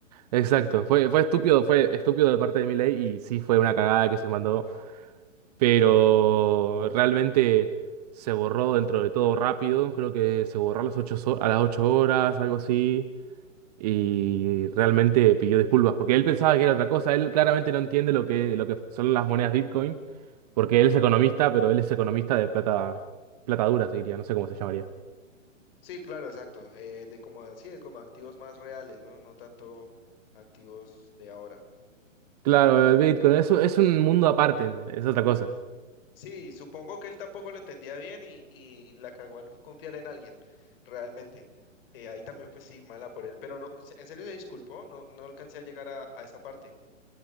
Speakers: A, on the right; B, on the left.
A: Exacto, fue, fue estúpido, fue estúpido de parte de Milei y sí fue una cagada que se mandó, pero realmente se borró dentro de todo rápido, creo que se borró a las ocho, so- a las ocho horas, algo así, y realmente pidió disculpas, porque él pensaba que era otra cosa, él claramente no entiende lo que, lo que son las monedas Bitcoin, porque él es economista, pero él es economista de plata, plata dura, se diría, no sé cómo se llamaría.
B: Sí, claro, exacto. eh, de como, sí, de como activos más reales, ¿no? No tanto activos de ahora.
A: Claro, el Bitcoin es, un- es un mundo aparte, es otra cosa.
B: Sí, supongo que él tampoco lo entendía bien y, y la cagó al confiar en alguien, realmente. Eh, ahí también, pues sí, mala por él. Pero no, en serio se disculpó, no, no alcancé a llegar a, a esa parte